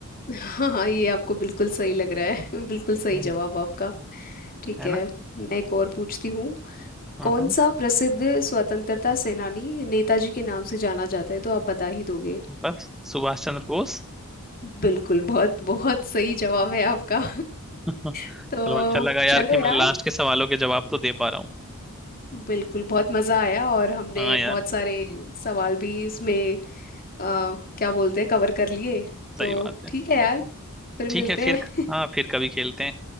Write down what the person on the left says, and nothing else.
हाँ हाँ ये आपको बिल्कुल सही लग रहा है <laughs> बिल्कुल सही
जवाब आपका ठीक
है
मैं एक और पूछती हूँ
कौन
सा प्रसिद्ध स्वतंत्रता सेनानी नेताजी के नाम से जाना जाता है तो आप बता ही दोगे
बिल्कुल बहुत बहुत सही जवाब है आपका
<laughs> तो
चलो
यार
बिल्कुल बहुत मज़ा आया और हमने
बहुत
सारे सवाल भी इसमें अ, क्या बोलते हैं कवर कर लिए तो
ठीक है यार फिर मिलते
हैं